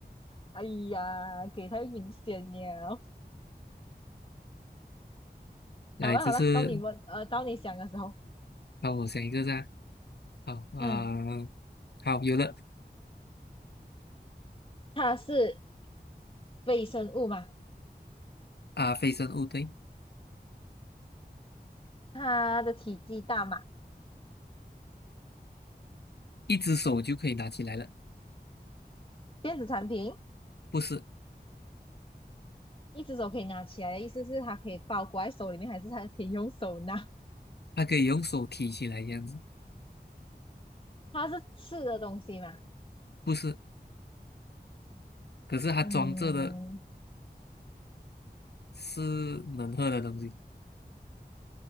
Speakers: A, on the left; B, on the left.
A: 哎呀，给太明显了。
B: 来，
A: 好了好了，
B: 这是
A: 到你问，呃，到你想的时候，
B: 帮我想一个噻，好啊、
A: 嗯，
B: 好，有了
A: 它是微生物嘛？
B: 啊、非生物对，
A: 它的体积大嘛？
B: 一只手就可以拿起来了，
A: 电子产品？
B: 不是，
A: 一只手可以拿起来的意思是它可以包裹在手里面，还是它可以用手拿？
B: 它可以用手提起来这样子，
A: <laughs> 它是吃的东西嘛？
B: 不是，可是它装着的
A: 嗯，
B: 是能喝的东西。